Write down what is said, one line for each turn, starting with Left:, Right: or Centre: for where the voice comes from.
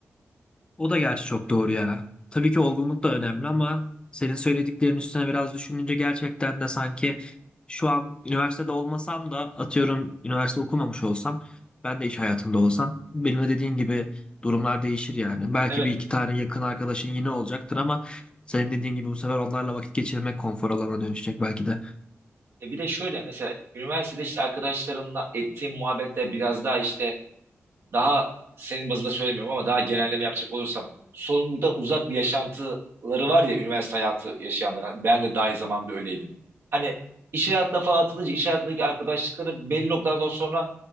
Left: O da gerçi çok doğru ya. Tabii ki olgunluk da önemli ama senin söylediklerin üstüne biraz düşününce gerçekten de sanki şu an üniversitede olmasam da atıyorum üniversite okumamış olsam ben de iş hayatında olsam benim de dediğin gibi durumlar değişir yani. Belki
Right: Evet.
Left: bir iki tane yakın arkadaşın yine olacaktır ama senin dediğin gibi bu sefer onlarla vakit geçirmek konfor alanına dönüşecek belki de.
Right: E bir de şöyle mesela üniversitede işte arkadaşlarımla ettiğim muhabbetler biraz daha işte daha senin bazında söylemiyorum ama daha genelleme yapacak olursam sorumluluktan uzak bir yaşantıları var ya üniversite hayatı yaşayanlar. Ben de dahil zamanında öyleydim. Hani iş hayatına falan atılınca iş hayatındaki arkadaşlıkların belli noktadan sonra